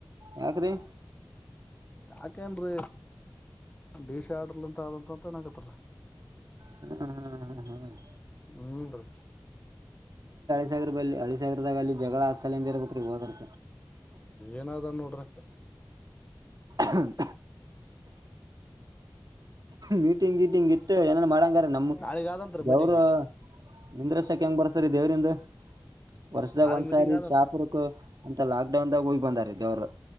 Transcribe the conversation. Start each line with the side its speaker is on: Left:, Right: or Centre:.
Right: ಯಾಕ್ರೀ.
Left: ಯಾಕೇನ್ರೀ ಡಿಶ್ ಆರ್ಡರ್ಂತ ಆದಂತ ಅಂತಣಗತ್ತ
Right: ಹ್ಮ್ ಹ್ಮ್ ಹ್ಮ ಹ್ಮ್-
Left: ಹ್ಮ್ ನ ರೀ
Right: ಹಳ ಸಾಗರ ಬಲ್ಲಿ ಹಳಿ ಸಾಗರದಾಗ ಅಲ್ಲಿ ಜಗಳ ಹ ಸಲಿಂದ ಇರ್ಬೇಕರೀ ಹೋದರ್
Left: ಏನ ಅದಾನ ನೋಡ್ರಿ <inaudible>
Right: ಹ್ಮ ಮಿಟಿಂಗ ಗಿಟಿಂಗ ಗಿ ಏನನ್ ಮಾಡಂಗಾರ ನಮ್
Left: ನಾಳಿಗ್ ಆದಂತ್ರಿ
Right: ಗವರು
Left: ಮೀಟಿಂಗ್
Right: ನಿಂದ್ರಿಸಕ್ಕೆ ಹೆಂಗ್ ಬರ್ತಾರೆ. ದೇವ್ರಂದ ವರ್ಷದಾಗ
Left: ನಾಳಿಗ್
Right: ಒಂದ್ಸಾರಿ
Left: ಮೀಟಿಂಗ್ ಆದತ್
Right: ಶಾಪುರ್ಕ ಅಂತಲ್ಲ ಆ ದಡ ಅಂದಾಗ ಹೋಗಿ ಬಂದ ಅವ್ರು